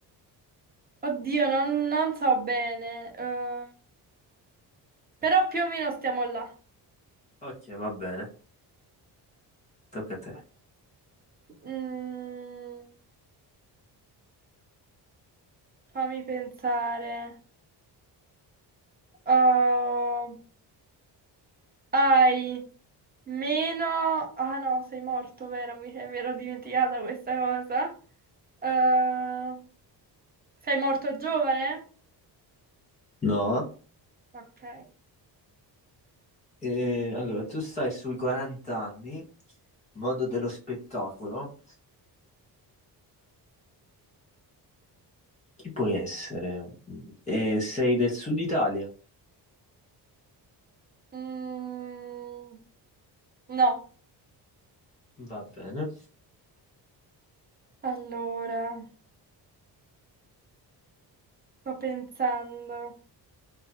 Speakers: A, on the right; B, on the left.
A: Oddio, non, non so bene, eh, però più o meno stiamo là.
B: Ok, va bene, tocca a te.
A: Mm, fammi pensare. Oh, hai meno... Ah no, sei morto, vero? Mi, mi ero dimenticata questa cosa. Eh, sei morto giovane?
B: No,
A: Ok.
B: Eh, allora tu stai sui 40 anni, mondo dello spettacolo. Chi puoi essere? Eh, sei del sud Italia?
A: Mm, no.
B: Va bene.
A: Allora, sto pensando,